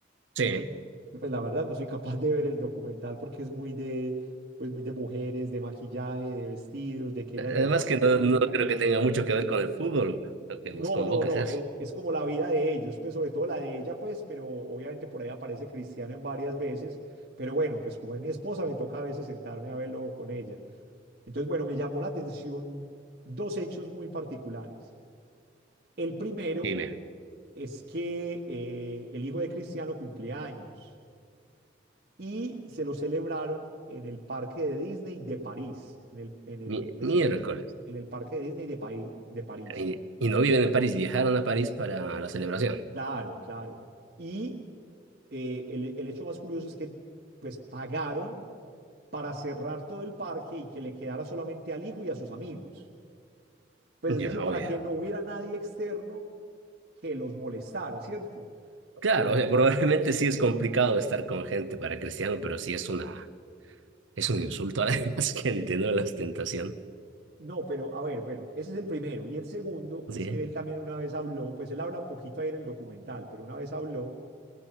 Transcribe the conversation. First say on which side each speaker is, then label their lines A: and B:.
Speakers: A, on the right (about 80°); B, on the right (about 50°).
A: Sí.
B: Entonces, bueno, pues la verdad no soy capaz de ver el documental porque es muy de, pues muy de mujeres, de maquillaje, de vestidos, de que ellas
A: Además
B: se van
A: que
B: a maquillar.
A: no, no creo que tenga mucho que ver con el fútbol. Lo que
B: No,
A: nos convoca
B: no, no,
A: es eso.
B: e- es, como la vida de ellos, pues sobre todo la de ella, pues, pero obviamente por ahí aparece Cristiano en varias veces, pero bueno, pues como es mi esposa, me toca a veces sentarme a verlo con ella. Entonces, bueno, me llamó la atención dos hechos muy particulares. El primero
A: Dime,
B: es que eh, el hijo de Cristiano cumplía años y se lo celebraron en el parque de Disney de París, en el, en el,
A: mi-
B: pues
A: miércoles.
B: sí, en el en el parque de Disney de, Pai- de París.
A: Y, y no viven en París, viajaron a París para la celebración.
B: Claro, claro. Y eh, el, el hecho más curioso es que pues pagaron para cerrar todo el parque y que le quedara solamente al hijo y a sus amigos. Pues
A: Ya,
B: es decir, para
A: oye.
B: que no hubiera nadie externo que los molestara, ¿cierto?
A: Claro,
B: Que los-
A: o sea, probablemente sí es complicado estar con gente para Cristiano, pero sí es una, es un insulto a la <laughs> demás gente, ¿no? La ostentación.
B: No, pero a ver, bueno, ese es el primero. Y el segundo
A: Sí.
B: es que él también una vez habló, pues él habla poquito ahí en el documental, pero una vez habló